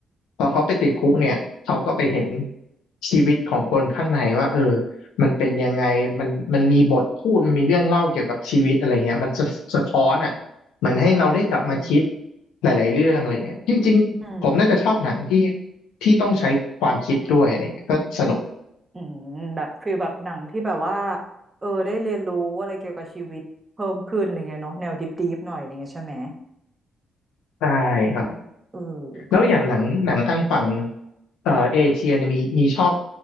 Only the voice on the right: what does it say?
อ่าอืม
อืม
อืมแบบฟีลแบบหนังที่แบบว่าเออได้เรียนรู้อะไรเกี่ยวกับชีวิตเพิ่มขึ้นอะไรเงี้ยเนาะแนวดิบๆหน่อยอะไรเงี้ยใช่ไหม
เออ
ก็ดี